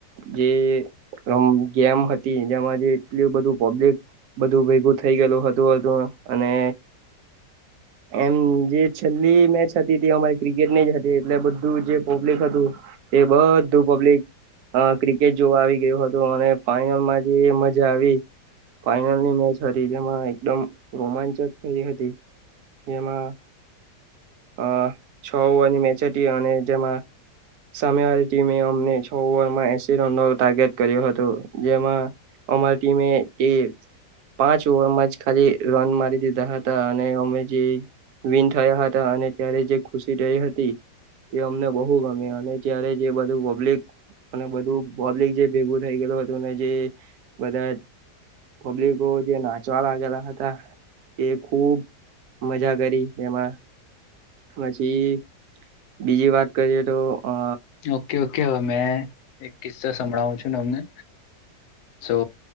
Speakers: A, on the right (about 70°); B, on the left (about 70°).
A: જે રોમ ગેમ હતી જેમાં જે એટલું બધું પબ્લિક બધું ભેગું થઈ ગયેલું હતું-હતું અને એમ જે છેલ્લી મેચ હતી તે અમારી ક્રિકેટ ની જ હતી, એટલે બધું જે પોબ્લિક હતું એ બધું પબ્લિક અહ ક્રિકેટ જોવા આવી ગયુ હતું અને ફાઈનલમાં જે મજા આવી ફાઈનલ ની મેચ હતી, જેમાં એકદમ રોમાંચક થઈ હતી. જેમાં અહ છ ઓવરની મેચ હતી અને જેમાં સામેવાળી ટીમે અમને છ ઓવરમાં એસી રનનો ટાર્ગેટ કર્યો હતો, જેમાં અમાર ટીમએ એ પાંચ ઓવર માં જ ખાલી રન મારી દીધા હતા અને અમે જે વિન થયા હતા અને ત્યારે જે ખુશી થઈ હતી એ અમને બહુ ગમી અને જ્યારે જે બધું પબ્લિક અને બધું પબ્લિક જે ભેગું થઈ ગયેલું હતું જે બધા પબ્લિક કો જે નાચવા લાગેલા હતા, એ ખુબ મજા કરી એમાં. પછી બીજી વાત કરીએ તો અ
B: ઓકે-ઓક કે હવે મેં એક કિસ્સો સંભળાવું છું તમને, સો